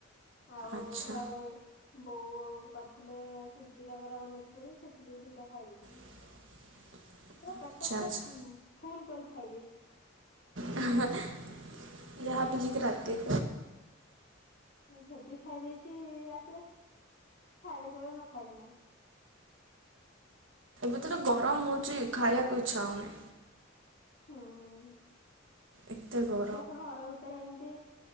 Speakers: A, on the left (about 55°); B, on the right (about 70°).
A: ଆଉ
B: ଆଚ୍ଛା
A: ଘରେ ବୋଉ ଆଉ କରିଥିଲେ ସୁଜି କାକରା ବନେଇଥିଲେ ସେଥିରୁ ବି ଦିଟା ଖାଇ ଦେଇେଥିଲି।
B: <inaudible>
A: ପୁରା ପେଟ
B: ଆଚ୍ଛା
A: ପୁରା
B: ଆଚ୍ଛା।
A: ଫୁଲ୍ କରି ଖାଇ ଦେଇଛି।
B: <unintelligible> ରାତି
A: ହେବି ଖାଇ ଦେଇଛି ରାତିରେ ଖାଇଲେ ଜ୍ୱର ନ ଖାଇଲେ ନାଇଁ
B: ଏବେ ତ ତ ଗରମ ହଉଚି ଖାଇବାକୁ ଇଚ୍ଛା ହଉନି।
A: ହୁଁ
B: ଏତେ ଗ
A: ସେ ଘର ଭିତରେ ଏମିତି